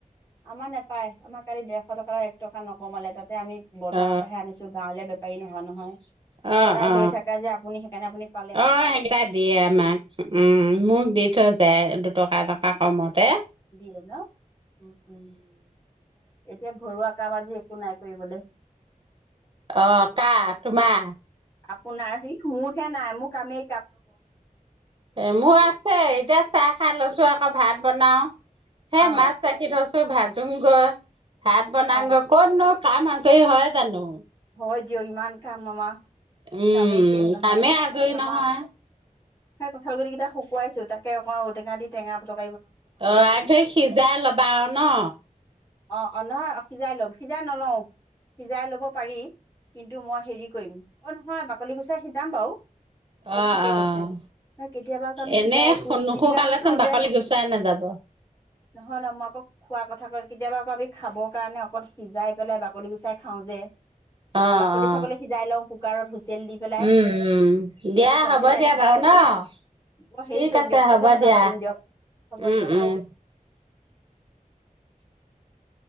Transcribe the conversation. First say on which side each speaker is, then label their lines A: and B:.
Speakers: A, on the left; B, on the right.
A: আমাৰ নোপায়, আমাৰ কালি ডেৰশ টকা এক টকা নকমালে তাত। তে আমি বজাৰৰ
B: অ
A: পৰাহে আনিছো, গাঁৱলীয়া বেপাৰী নহয় নহয়।
B: অ
A: সদায়
B: অ
A: লৈ থাকা যে আপুনি সেইকাৰণে আপুনি পালে
B: অ'
A: আৰু
B: সেইকেইটা দিয়ে আমাক উম মোক দি থৈ যায় দুটকা এটকা
A: উম
B: কমতে।
A: দিয়ে ন উম। উম, এতিয়া ঘৰুৱা কাম আজি একো নাই কৰিবলৈ।
B: অ' কা তোমাৰ।
A: আপোনাৰ সেই মোৰহে নাই মোক কামে
B: এ মোৰ আছে, এতিয়া চাহ খাই লৈছো আকৌ ভাত বনাওঁ। হে
A: অ
B: মাছ ৰাখি থৈছো ভাজোং গৈ ভাত বনাংগৈ,
A: অ
B: ক'ত নো কাম আজৰি হয় জানো
A: হয় দিয়ক ইমান কাম আমাৰ
B: উম
A: কামেই শেষ নহয়।
B: কামেই আজৰি
A: আমাৰ
B: নহয়
A: সেই কঠালগুটি কেইটা শুকুৱাইছো, তাকে অকন ঔটেঙা দি টেঙা পুক <unintelligible>
B: অ' আগ ধৰি সিজাই ল'বা আৰু ন।
A: অ' অ' নহয় সিজাই লম, সিজাই নলওঁ। সিজাই লব পাৰি, কিন্তু মই হেৰি কৰিম। অ' নহয় বাকলি গুচাই সিজাম বাৰু। সেইটো
B: অ'
A: ঠিকে
B: অ'
A: কৈছে ন কেতিয়াবা আকৌ আমি
B: এনে
A: সিজাই
B: নুশুকালেচোন
A: পিটিকা কৰি খাওঁ
B: বাকলি
A: যে
B: গুচাই নাযাব।
A: নহয় নহয় মই আকৌ খোৱা কথা কেতিয়াবা আকৌ আমি খাবৰ কাৰণে অকল সিজাই পেলাই বাকলি গুচাই খাও যে।
B: অ
A: বাকলি চাগলৈ সিজাই লওঁ কুকাৰত হুইচেল দি পেলাই
B: উম উম
A: সেইটো
B: দিয়া
A: কয়তে
B: হ'ব
A: নাই
B: দিয়া বাৰু ন। অ'
A: মই হেৰি
B: ঠিক
A: কৰিম
B: আছে
A: দিয়ক পিছৰ
B: হ'ব
A: কথা
B: দিয়া।
A: পাতিম দিয়ক হ'ব
B: উম
A: দিয়ক
B: উম
A: অ <inaudible>